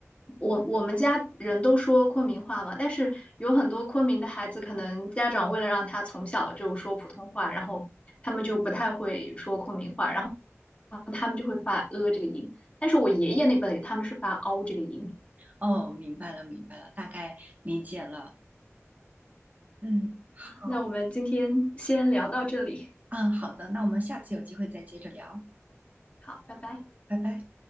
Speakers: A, on the left; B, on the right.
A: 我我们家人都说昆明话嘛，但是有很多昆明的孩子，可能家长为了让他从小就说普通话，然后他们就不太会说昆明话，然后他们就会发呃这个音，但是我爷爷那辈他们是发 o 这个音。
B: 哦，明白了，明白了，大概理解了。嗯，好，
A: 那我们今天先聊到这里，
B: 嗯，好的，那我们下次有机会再接着聊，
A: 好，拜拜。
B: 拜拜。